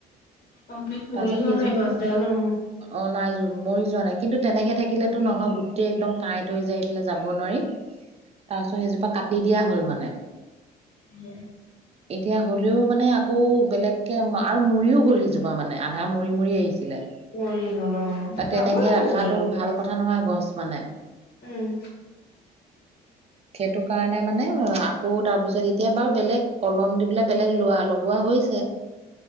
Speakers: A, on the left (about 65°); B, on the right (about 35°).
A: কমপ্লিট
B: তাৰপিছত
A: মৰি যোৱা
B: সেইজোপা
A: নাই গছ ডাল-
B: অ নাই যোৰ- মৰি যোৱা নাই কিন্তু তেনেকে থাকিলেতো নহয় গোটেই একদম কাঁইত হৈ যায় সেইফালে যাব নোৱাৰি। তাৰপিছত সেইজোপা কাট- দি দিয়া হ'ল মানে।
A: উম।
B: এতিয়া হলেও মানে আকৌ বেলেগকে আৰু মৰিও গ'ল সেইজোপা মানে আধা মৰি মৰি আহিছিলে।
A: মৰি গল অ,
B: তেনেকে
A: যাবই ন
B: ৰখাটো
A: মৰি ।
B: ভাল কথা নহয় গছ মানে।
A: উম।
B: সেইটো কাৰণে মানে আকৌ তাৰপিছত এতিয়া বাৰু বেলেগ কলম দি পেলাই বেলেগ লোৱা লগোৱা হৈছে।